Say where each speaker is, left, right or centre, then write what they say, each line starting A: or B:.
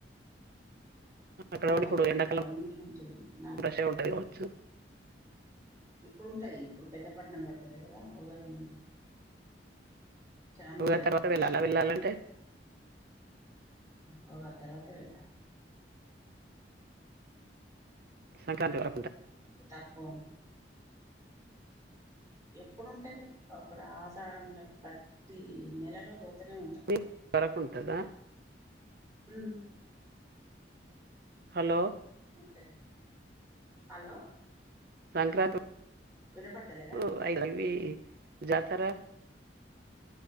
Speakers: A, on the right; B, on the right.
A: ముందు
B: అక్కడ
A: అలా
B: కూడా ఇప్పుడు
A: లేదు
B: ఎండాకాలం
A: ఇప్పుడున్న అన్ని మంచిగున్నాయి
B: రష్ ఉంటది కావచ్చు
A: ఇప్పుడుంటది ఇప్పుడు పెద్ద పట్నం పడుంది. వెళ్ళలేదా ఉగాది మందు చాను
B: ఉగాది
A: ఉంటారు ఇప్పుడు
B: తర్వాత
A: రాష్
B: వెళ్ళాలా వెళ్ళాలంటే
A: పో ఆ తర్వాత వెళ్ళాలి
B: సంక్రాంతి వర
A: <unintelligible> ఎప్పుడుంటాది అప్పుడు ఆషాడంలో ప్రతి నెలలో అ ఉంటాం
B: ఉగాది వరకు ఉంటదా
A: హు
B: హలో
A: ఉంటది హలో
B: సంక్రాంతి
A: వినపడతలేదా
B: ఓ అయిందండి జతారా